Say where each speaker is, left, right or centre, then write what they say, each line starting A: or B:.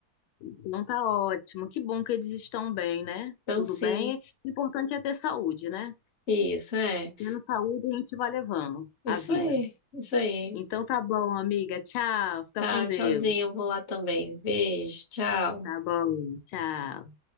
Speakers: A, on the left (about 80°); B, on the left (about 45°).
A: Então tá ótimo. Que bom que eles estão bem, né?
B: Então,
A: Tudo
B: sim,
A: bem. O importante é ter saúde, né?
B: isso é,
A: Tendo saúde, a gente vai levando
B: isso
A: a vida.
B: aí, isso aí.
A: Então tá bom, amiga. Tchau. Fica
B: Tá,
A: com Deus.
B: tchauzinho, eu vou lá também. Beijo, tchau.
A: Tá bom. Tchau.